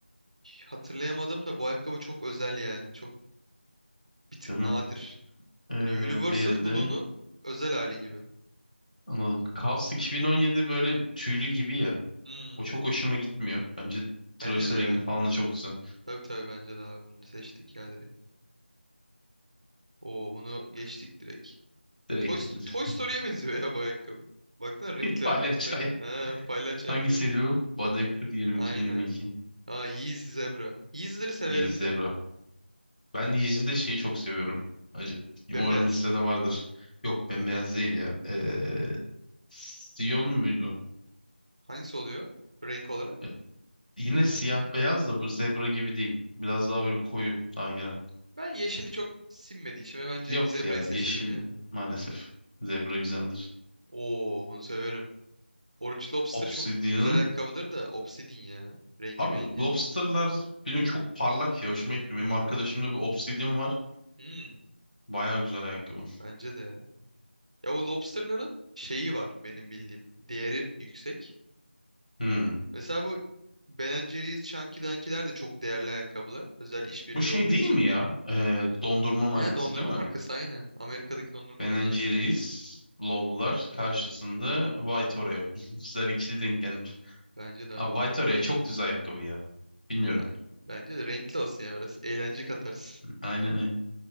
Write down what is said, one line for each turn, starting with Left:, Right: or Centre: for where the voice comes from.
Right: hatırlayamadım da bu ayakkabı çok özel yani. Çok bir tık
Left: Değil
Right: nadir.
Left: mi? Ee,
Right: Hani Universal
Left: diğeri de
Right: Blue'nun özel hali gibi.
Left: anladım. Cavs 2017 böyle tüylü gibi ya.
Right: Hmm,
Left: O çok hoşuma gitmiyor. Bence Travis'in
Right: bence de ya.
Left: rengi falan da çok güzel.
Right: Tabii tabii bence de abi bunu seçtik ya direkt. Oo bunu geçtik direkt.
Left: Direkt
Right: Toy, Sto-
Left: <laughs>
Right: Toy Story'ye benziyor ya bu ayakkabı. Baksana renkler
Left: Palyaçay.
Right: renkler.
Left: ayak.
Right: Ha, palyaço
Left: Hangisiydi
Right: ayakkabısı.
Left: bu? Baedeker 22
Right: Aynen.
Left: mi 22?
Right: Aa Yeez Zebra. Yeez'leri severim
Left: Yeezy Zebra.
Right: de.
Left: Ben Yeezy'de şeyi çok seviyorum. Acı.
Right: Bembeyaz.
Left: Umarım listede vardır. Yok bembeyaz değil ya. Ee, Sion muydu?
Right: Hangisi oluyor renk olarak?
Left: Ee, Yine siyah beyaz da bu zebra gibi değil. Biraz daha böyle koyu daha genel.
Right: Ben yeşili çok sinmediği için ve bence
Left: Yok
Right: zebrayı
Left: ya
Right: seçelim
Left: yeşil
Right: yani.
Left: maalesef. Zebra güzeldir.
Right: Oo bunu severim. Orange Lobster
Left: Obsidian
Right: çok güzel ayakkabıdır da Obsidian ya. Rengi
Left: Abi
Right: mengi.
Left: lobsterlar benim çok parlak ya hoşuma gitmiyor. Benim arkadaşımda bir Obsidian var.
Right: Hmm,
Left: Baya güzel ayakkabı.
Right: bence de ya. Ya o lobsterların şeyi var benim bildiğim. Değeri yüksek.
Left: Hmm.
Right: Mesela bu Ben and Jerry's, Chunky Dunky'ler de çok değerli ayakkabılar. Özel işbirliği
Left: Bu şey
Right: olduğu
Left: değil
Right: için.
Left: mi ya? Ee, dondurma markası
Right: He dondurma
Left: değil mi?
Right: markası aynen. Amerika'daki dondurma
Left: Ben
Right: markası.
Left: Jerry's Low'lar karşısında White Oreo. <laughs> Güzel ikili denk gelmiş.
Right: Bence de abi.
Left: Abi White Oreo çok düz ayakkabı ya. Bilmiyorum.
Right: Ben, bence de renkli olsun ya biraz. Eğlence katarsın.
Left: Aynen aynen.